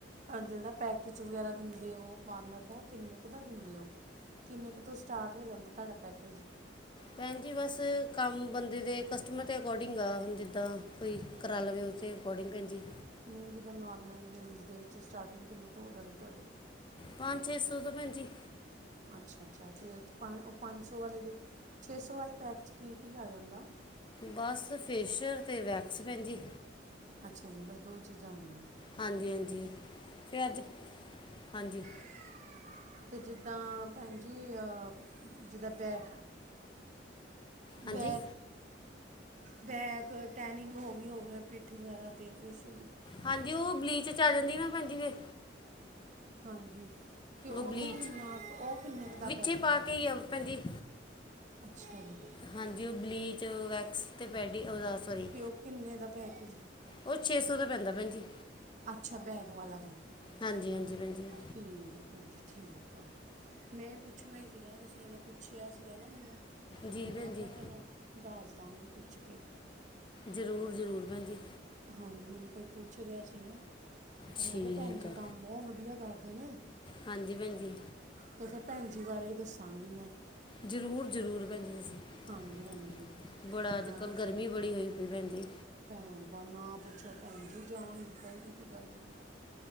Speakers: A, on the right; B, on the left.
A: ਆ ਜਿਹੜਾ ਪੈਕੇਜ ਵਗੈਰਾ ਦਿੰਦੇ ਓ ਪਾਰਲਰ ਦਾ, ਉਹ ਕਿੰਨੇ ਕੁ ਦਾ ਦਿੰਦੇ ਓ? ਕਿੰਨੇ ਕੁ ਤੋਂ ਸਟਾਰਟ ਹੋ ਜਾਂਦਾ, ਤੁਹਾਡਾ ਪੈਕੇਜ?
B: ਭੈਣ ਜੀ ਬਸ, ਕੰਮ ਬੰਦੇ ਦੇ ਕਸਟਮਰ ਦੇ ਅਕੋਡਿੰਗ ਆ। ਹੁਣ ਜਿੱਦਾਂ, ਕੋਈ ਕਰਾਲਵੇ ਉਸਦੇ ਅਕੋਡਿੰਗ ਭੈਣ ਜੀ।
A: ਨਹੀਂ, ਜਿੱਦਾਂ ਨੋਰਮਲ ਰੇਂਜ ਦੇ ਵਿੱਚ ਸਟਾਰਟਿੰਗ ਕਿੰਨੇ ਤੋਂ ਹੋ ਜਾਂਦੀ ਤੁਹਾਡੀ?
B: ਪੰਜ-ਛੇ ਸੌ, ਤੋਂ ਭੈਣ ਜੀ।
A: ਅੱਛਾ-ਅੱਛਾ, ਅਤੇ ਪੰਜ ਉਹ ਪੰਜਸੌ, ਵਾਲੇ ਦੇ ਛੇਸੋ ਵਾਲੇ ਪੈਕ'ਚ ਕੀ-ਕੀ ਆ ਜਾਂਦਾ?
B: ਬਸ, ਫੇਸ਼ੀਅਲ ਤੇ ਵੈਕਸ ਭੈਣ ਜੀ।
A: ਅੱਛਾ ਜੀ, ਬਸ ਦੋਹੀ ਚੀਜ਼ਾਂ ਆਂਦੀਆਂ।
B: ਹਾਂਜੀ-ਹਾਂਜੀ, ਫਿਰ ਅੱਜ, ਹਾਂਜੀ।
A: ਲ <inaudible> ਤੇ ਜਿੱਦਾਂ ਭੈਣ ਜੀ, ਜਿੱਦਾਂ ਬੈਗ
B: ਹਾਂਜੀ
A: ਬੈਕ ਬੈਕ, ਟੈਨਿੰਗ ਹੋ ਗਈ ਹੋਵੇ, ਪਿੱਠ ਵਗੈਰਾ ਤੇ ਫੇਸ਼
B: ਹਾਂਜੀ, ਉਹ ਬਲੀਚ'ਚ ਆ ਜਾਂਦੀ ਨਾ, ਭੈਣਜੀ ਫਿਰ।
A: ਹਾਂਜੀ। ਅਤੇ ਉਹਦੇ
B: ਉਹ ਬਲੀਚ
A: ਕਿੰਨਾ ਕੁ, ਉਹ ਕਿੰਨਾ ਕੁ ਦਾ
B: ਵਿੱਚੇ
A: ਪੈਕੇਜ
B: ਪਾ
A: ਏ?
B: ਕੇ ਹੀ ਆ ਭੈਣ ਜੀ
A: ਅੱਛਾ ਜੀ!
B: ਹਾਂਜੀ, ਉਹ ਬਲੀਚ, ਵੈਕਸ ਅਤੇ ਪੈਡੀ ਓਦਾ ਸੌਰੀ‌।
A: ਉਹ ਕਿੰਨੇ ਦਾ ਪੈਕੇਜ
B: ਉਹ, ਛੇ-ਸੋ ਦਾ ਪੈਂਦਾ ਭੈਣਜੀ।
A: ਅੱਛਾ, ਬੈਗ ਵਾਲਾ ਵੀ।
B: ਹਾਂਜੀ-ਹਾਂਜੀ, ਭੈਣ ਜੀ।
A: ਠੀਕ ਆ ਭੈਣ ਜੀ, ਠੀਕ ਆ। ''ਮੈਂ ਪੁੱਛਣਾ ਹੀ ਸੀਗਾ, ਕਿਸੇ ਨੇ ਪੁੱਛਿਆ ਸੀਗਾ ਨਾ ਮੈਨੂੰ।
B: ਜੀ
A: ਤੇ, ਮੈਂ
B: ਭੈਣ
A: ਕਿਹਾ
B: ਜੀ
A: ਚਲੋ ਦੱਸਦਾਂ ਪੁੱਛਕੇ।
B: ਜ਼ਰੂਰ-ਜ਼ਰੂਰ ਭੈਣ ਜੀ।
A: ਹਾਂਜੀ, ਮੈਨੂੰ ਕੋਈ ਪੁੱਛ ਰਿਹਾ ਸੀ ਨਾ। ਤੇ,
B: ਠੀਕ
A: ਮੈਂ ਕਿਹਾ ਭੈਣ ਜੀ
B: ਆ
A: ਕੰਮ ਬਹੁਤ ਵਧੀਆ ਕਰਦੇ ਨੇ।
B: ਹਾਂਜੀ ਭੈਣ ਜੀ
A: ਤੇ ਫਿਰ, ਭੈਣ ਜੀ ਬਾਰੇ ਈ ਦੱਸਾਂਗੀ, ਮੈਂ।
B: ਜ਼ਰੂਰ -ਜ਼ਰੂਰ ਭੈਣ ਜੀ ਤੁਸੀ।
A: ਹਾਂਜੀ ਹਾਂਜੀ
B: ਬੜਾ
A: ਤੇ
B: ਅੱਜ
A: ਮੈਂ
B: -ਕਲ
A: ਕਿਹਾ
B: ਗਰਮੀ ਬੜੀ ਹੋਈ ਪਈ ਪੈਂਦੀ।
A: ਭੈਣ ਬ ਨਾ ਪੁੱਛੋ ਭੈਣ ਜੀ ਜਾਨ ਨਿਕਲਦੀ ਪਈ ਗਰਮੀ ਨਾਲ।